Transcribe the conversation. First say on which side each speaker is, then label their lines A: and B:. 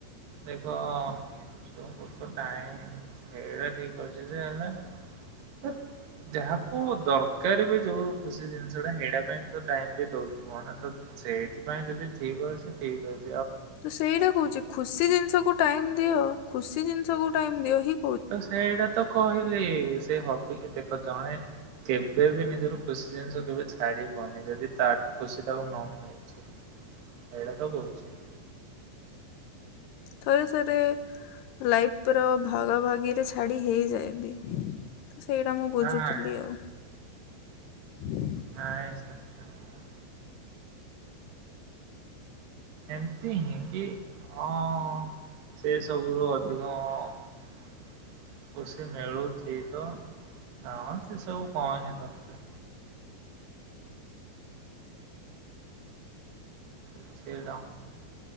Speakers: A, on the right; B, on the left.
A: ଦେଖ ନିଜକୁ ତ ଟାଇମ୍ ସେଇଟା ଠିକ ଅଛି ଯେ ହେଲେ ହେ ଯାହାକୁ ଦର କାର ବି ଯୋଉ ଖୁସି ଜିନିଷଟା ହେଇଟା ପାଇଁ ତ ଟାଇମ୍ ବି ଦଉଥୁବ ନା, ତ ସେଇଥିପାଇଁ ଯଦି ଠିକ ଅଛି ଠିକ୍ ଅଛ
B: ତ ସେଇଟା କହୁଚି, ଖୁସି ଜିନିଷକୁୁ ଟାଇମ୍ ଦିଅ। ଖୁସି ଜିନିଷକୁ ଟାଇମ୍ ଦିଅ ହି
A: ତ ସେଇଟା ତ କହିଲି, ସେ ହବି ଦେଖ ଜଣେ କେବେ ବି ନିଜର ଖୁସି ଜିନିଷ କେବେ ଛାଡି ହଉନି। ଯଦି ତାଠୁ ଖୁସି ତାକୁ ନ ମିଳୁଛି ଏଇଟା ତ କହୁଛି।
B: ଥରେ ଥରେ ଲାଇଫ ର ଭାଗା ଭାଗିରେ ଛାଡି ହେଇଯାଏନ୍ତି। ସେଇଟା ମୁଁ ବୁଝୁଥୁଲି
A: ନାଇଁ
B: ଆଉ। ହୁଁ
A: ନାଇଁ ଶାନ୍ତ ନୁହଁ। ଏମତି ହିଁ କି ହଁ ସେ ସବୁରୁ ଅଧିକ ଅଁ, ଖୁସି ମିଳୁଛି ତ ହଁ ସେ ସବୁ କଣ ହିଁ ଦରକାର। ବୁଝିଲ।